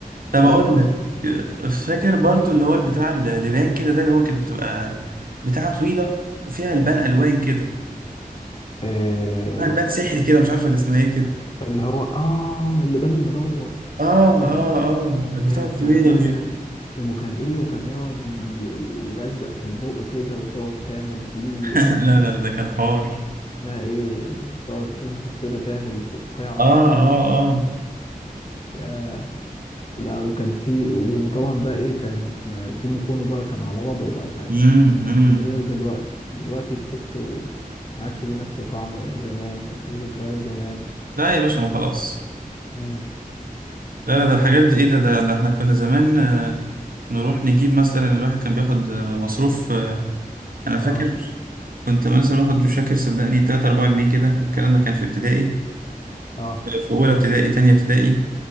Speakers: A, on the right; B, on the left.
A: طب
B: شركة
A: اقول لك
B: أصيلة
A: فاكر برضو اللي هو البتاع اللي باين كده ده اللي هو كانت بتبقى بتاعة طويلة وفيها البان الوان كده
B: آه
A: فيها البان سحري كده مش عارفه اللي اسمها ايه كده
B: اللي هو اه اللبان المدور
A: اه اه اه البتاعة
B: يا
A: الطويلة
B: سلام
A: دي
B: وكان ايه وكان يقعد ي- ي- يلزق في البق كده وتقعد تعمل فيه
A: <laughs> لا لا ده كان حوار
B: اسمها ايه تقعد تنفخ كده تعمل فقاعة
A: اه اه
B: <laughs>
A: اه
B: يا لا وكان في وطبعا بقى ايه كان كيمو كونو بقى كان على وضعه بقى ساعتها
A: امم
B: يعني غير دلوقتي دلوقتي تحسه ما عادش ليه نفس طعم زمان وذكريات زمان
A: لا يا باشا ما خلاص
B: مم.
A: لا لا ده الحاجات دي ايه ده ده, ده احنا كنا زمان آه، نروح نجيب مثلا الواحد كان بياخد آه، مصروف آه، انا فاكر
B: اه
A: كنت مثلا واخد مش فاكر صدقني 3 4 جنيه كده الكلام ده كان في ابتدائي
B: اه
A: آه، في اولى ابتدائي تانية ابتدائي